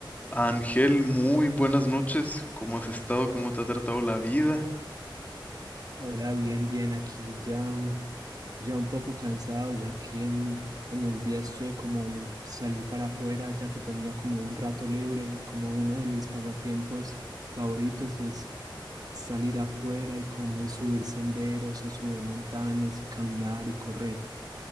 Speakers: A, on the left; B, on the right.
A: Ángel, muy buenas noches. ¿Cómo has estado? ¿Cómo te ha tratado la vida?
B: Hola, bien, bien, aquí ya, mm, ya un poco cansado, ya que mm, en el día estuve como salí para afuera, ya que tenía como un rato libre y como uno de mis pasatiempos favoritos es salir afuera y como subir senderos o subir montañas y caminar y correr.